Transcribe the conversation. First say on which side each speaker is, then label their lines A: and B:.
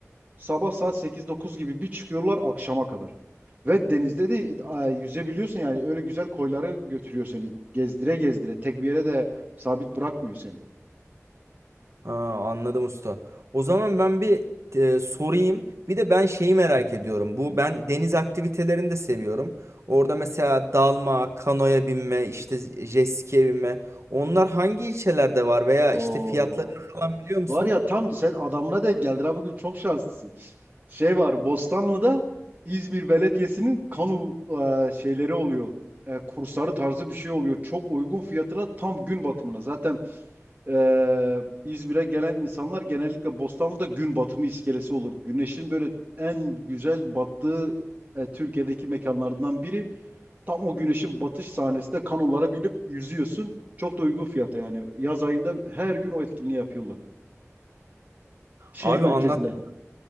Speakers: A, on the right; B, on the right.
A: Sabah saat sekiz dokuz gibi bir çıkıyorlar akşama kadar. Ve denizde de e, yüzebiliyorsun yani öyle güzel koyları götürüyor seni. Gezdire gezdire tek bir yere de sabit bırakmıyor seni.
B: Ha, anladım usta. O zaman ben bir e, sorayım. Bir de ben şeyi merak ediyorum. Bu ben deniz aktivitelerini de seviyorum. Orada mesela dalma, kanoya binme, işte jet ski'ye binme. Onlar hangi ilçelerde var veya
A: Oo.
B: işte fiyatlarını falan biliyor musun?
A: Var ya tam sen adamına denk geldin ha bugün çok şanslısın. Şey var Bostanlı'da İzmir Belediyesi'nin kanu e, şeyleri oluyor. E, kursları tarzı bir şey oluyor. Çok uygun fiyatına tam gün batımına. Zaten Ee, İzmir'e gelen insanlar genellikle Bostanlı'da gün batımı iskelesi olur. Güneşin böyle en güzel battığı e, Türkiye'deki mekanlardan biri. Tam o güneşin batış sahnesinde kanolara binip yüzüyorsun. Çok da uygun fiyata yani. Yaz ayında her gün o etkinliği yapıyorlar. Şehir
B: Abi
A: merkezinde.
B: anlat.